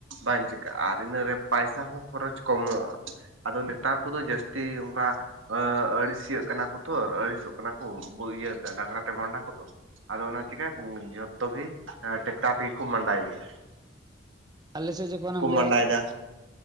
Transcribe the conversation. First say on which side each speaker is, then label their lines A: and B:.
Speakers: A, on the right; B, on the right.
A: ᱵᱟᱝ ᱪᱤᱠᱟᱹᱜᱼᱟ ᱟᱨ ᱤᱱᱟᱹᱨᱮ ᱯᱚᱭᱥᱟ ᱦᱚᱸ ᱠᱷᱚᱨᱚᱪ ᱠᱚᱢᱚᱜᱼᱟ ᱟᱫᱚ ᱱᱮᱛᱟᱨ ᱠᱚᱫᱚ ᱡᱟᱹᱥᱛᱤ ᱚᱱᱠᱟ ᱟᱹ ᱟᱹᱲᱤᱥᱤᱭᱟᱹᱜ ᱠᱟᱱᱟ ᱠᱚ ᱛᱷᱚᱨ ᱟᱹᱲᱤᱥᱚᱜ ᱠᱟᱱᱟ ᱠᱚ ᱤᱭᱟᱹᱛᱮ ᱰᱟᱝᱨᱟ ᱛᱮ ᱢᱟᱸᱰᱟ ᱠᱚᱫᱚ ᱟᱫᱚ ᱚᱱᱟ ᱪᱤᱠᱟᱭᱟᱠᱚ ᱡᱚᱛᱚ ᱜᱮ ᱴᱮᱠᱴᱟᱨ ᱛᱮᱜᱮ ᱠᱚ ᱢᱟᱸᱰᱟᱭᱮᱫ-ᱟ
B: ᱟᱞᱮᱥᱮᱫ ᱡᱚᱠᱷᱚᱱᱮᱢ ᱞᱟᱹᱭᱟ
A: ᱢᱟᱸᱰᱟᱭᱮᱫᱟ